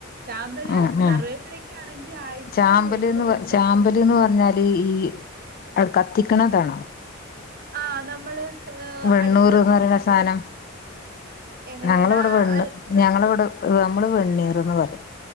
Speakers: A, on the right (about 50°); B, on the left (about 45°).
A: ചാമ്പല്
B: അഹ്
A: കറിവേപ്പിലക്കാണെങ്കി
B: അഹ്
A: ആഴ്ച
B: ചാമ്പല്ന്ന്ചാമ്പല്
A: ഒരു ദിവസം
B: എന്ന് പറഞ്ഞാല് ഇ അഹ്കത്തിക്കണതാണോ
A: ആഹ് നമ്മള് ഏഹ്
B: വെണ്ണൂറ്ന്ന്
A: അടുപ്പ് കത്തിച്ചിട്ട്
B: പറയുന്ന സാധനം
A: എങ്ങനെയടാ
B: ഞങ്ങളിവിടെ വെണ്ണ് ഞങ്ങളവടെ നമ്മള് വെണ്ണീറ്ന്ന് പറയാ